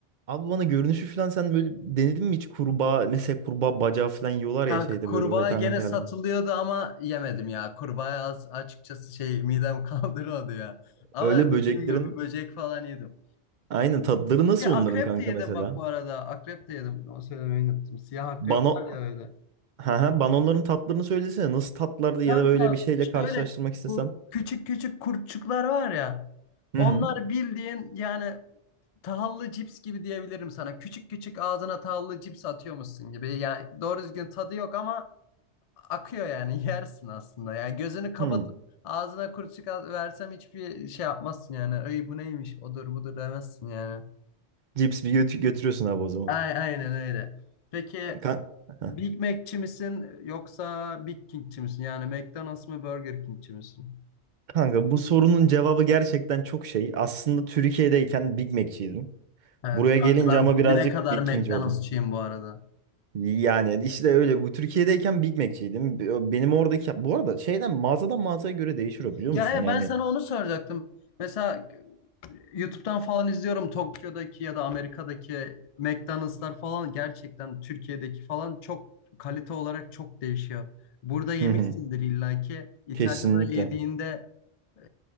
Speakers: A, on the right; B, on the left.
A: Abi bana görünüşü falan sen böyle denedin mi hiç kurbağa mesela kurbağa bacağı falan yiyorlar
B: Kanka
A: ya şeyde
B: kurbağa
A: böyle o veteriner
B: gene
A: yerde.
B: satılıyordu ama yemedim ya. Kurbağa az açıkçası şey midem <laughs> kaldırıyordu ya. Ama
A: Öyle
B: dediğim
A: böceklerin
B: gibi böcek falan yedim.
A: aynen tatları nasıl
B: Ya akrep
A: onların kanka
B: de yedim
A: mesela?
B: bak bu arada. Akrep de yedim. Onu söylemeyi unuttum. Siyah akrep
A: Bana
B: var ya öyle.
A: ha ha bana onların tatlarını söylesene nasıl tatlardı ya
B: Kanka
A: da böyle bir şeyle karşılaştırmak
B: şöyle bu
A: istesem.
B: küçük küçük kurtçuklar var ya.
A: Hı
B: Onlar
A: hı.
B: bildiğin yani tahıllı cips gibi diyebilirim sana. Küçük küçük ağzına tahıllı cips atıyormuşsun gibi. Yani doğru düzgün tadı yok ama akıyor yani <laughs> yersin aslında. Yani gözünü kapatıp
A: Hı.
B: ağzına kurtçuk al- versem hiçbir şey yapmazsın yani. Ay bu neymiş odur budur demezsin yani.
A: Cips bir götü götürüyorsun abi o zaman.
B: Ay- Aynen öyle. Peki
A: Kan- Heh.
B: Big Mac'çi misin yoksa Big King'çi misin? Yani McDonald's mı Burger King'çi misin?
A: Kanka bu sorunun cevabı gerçekten çok şey. Aslında Türkiye'deyken Big Mac'çiydim.
B: Evet
A: Buraya
B: kanki
A: gelince
B: ben
A: ama
B: dibine
A: birazcık
B: kadar
A: Big
B: McDonald'sçıyım
A: King oldum.
B: bu arada.
A: Yani işte öyle. Bu Türkiye'deyken Big Mac'çiydim. Benim oradaki bu arada şeyden mağazadan mağazaya göre değişiyor biliyor
B: Ya
A: musun? Yani
B: e, ben sana onu soracaktım. Mesela YouTube'dan falan izliyorum Tokyo'daki ya da Amerika'daki McDonald'slar falan gerçekten Türkiye'deki falan çok kalite olarak çok değişiyor. Burada yemişsindir
A: hı hı,
B: illaki. İtalya'da
A: kesinlikle.
B: yediğinde e,